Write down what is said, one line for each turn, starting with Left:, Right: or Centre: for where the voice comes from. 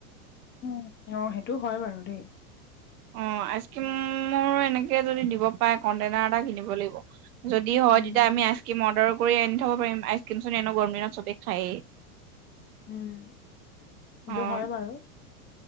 Left: উম। অঁ সেইটো হয় বাৰু দেই।
Right: অঁ, আইচ ক্ৰীমৰ এনেকে যদি দিব- পাই, কন্টেনাৰ এটা কিনিব লাগিব। যদি হয়
Left: উম
Right: তেতিয়া আমি আইচক্ৰীম- কৰি আনি থ'ব পাৰিম আইচক্ৰীমছোন এনেই গৰম দিনত চবে খায়েই।
Left: উম। সেইটো
Right: অ'
Left: হয় বাৰু।